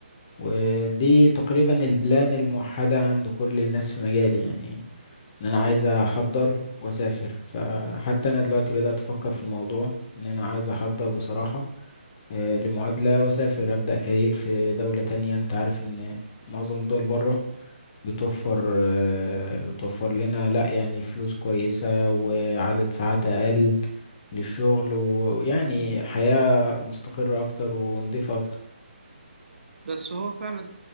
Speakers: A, on the left; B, on the right.
A: ودي تقريبا البلان الموحدة عند كل الناس في مجالي يعني ان انا عايز احضر واسافر فحتى انا دلوقتي بدأت افكر في الموضوع ان انا عايز احضر بصراحة آه، لمعادلة واسافر ابدأ كارير في دولة تانية انت عارف ان معظم الدول بره بتوفر آه، بتوفر لنا لا يعني فلوس كويسة وعدد ساعات اقل للشغل ويعني حياة مستقرة اكتر ونضيفة اكتر
B: بس هو فعلا